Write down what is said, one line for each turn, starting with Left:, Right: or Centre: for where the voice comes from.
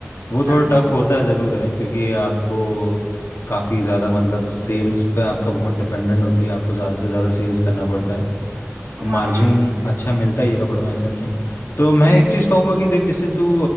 Left: वो
Right: हाँ
Left: थोड़ा
Right: हाँ
Left: टफ होता है ज़रूर है क्योंकि आपको काफ़ी ज़्यादा मतलब सेल्स पे आपका बहुत डिपेंडेंट होती है आपको ज़्यादा से ज़्यादा सेल्स करना पड़ता है और
Right: हाँ
Left: मार्जिन
Right: ये तो है
Left: अच्छा मिलता ही है कपड़े में ऐसा नहीं है तो मैं
Right: हम्म
Left: एक चीज़ कहूँगा कि देख जैसे तू